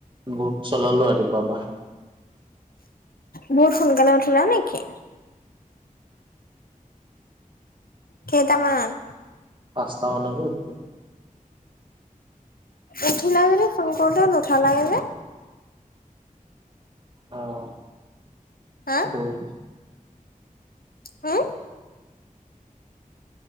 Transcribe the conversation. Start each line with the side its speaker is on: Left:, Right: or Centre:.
Right: বহুত চলালোঁ ৰাতিপুৱাৰ পৰা।
Left: বহুত সোনকালে উঠিলা নেকি? কেইটামানত?
Right: পাঁচটা মানতে উঠিলোঁ।
Left: উঠিলা যদি ফোন কৰোতে নুঠালা যে।
Right: অ',
Left: হা
Right: <unintelligible>
Left: হম।